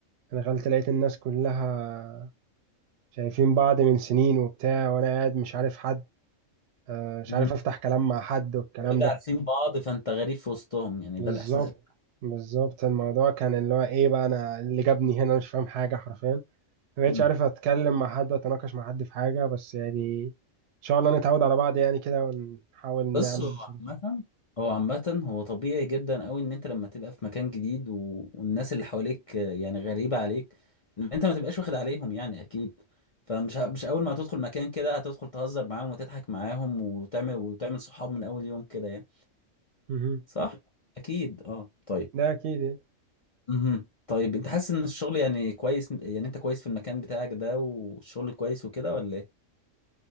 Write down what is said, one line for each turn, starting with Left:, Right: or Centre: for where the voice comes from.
Right: أنا دخلت لقيت الناس كلها شايفين بعض من سنين وبتاع وأنا قاعد مش عارف حد آه، مش
Left: مهم.
Right: عارف أفتح كلام مع حد والكلام
Left: اوريدي
Right: ده
Left: عارفين بعض فانت غريب في وسطهم يعني
Right: بالظبط
Left: ده الاحساس اللي-
Right: بالظبط الموضوع كان اللي هو إيه بقى أنا اللي جابني هنا مش فاهم حاجة حرفيا ما بقتش
Left: مم.
Right: عارف أتكلم مع حد وأتناقش مع حد في حاجة بس يعني إن شاء الله نتعود على بعض يعني كده ونحاول نعمل
Left: بص
Right: بس
Left: هو
Right: مصاري.
Left: عامة هو عامة هو طبيعي جدا قوي ان انت لما تبقى في مكان جديد و... والناس اللي حواليك آه، يعني غريبة عليك لان انت ما تبقاش واخد عليهم يعني اكيد فمش ه... مش اول ما هتدخل مكان كده هتدخل تهزر معاهم وتضحك معاهم وتعمل وتعمل صحاب من اول يوم كده يعني
Right: مهم.
Left: صح اكيد اه طيب
Right: ده أكيد يعني.
Left: مهم. طيب انت حاسس ان الشغل يعني كويس يعني انت كويس في المكان بتاعك ده والشغل كويس وكده ولا ايه؟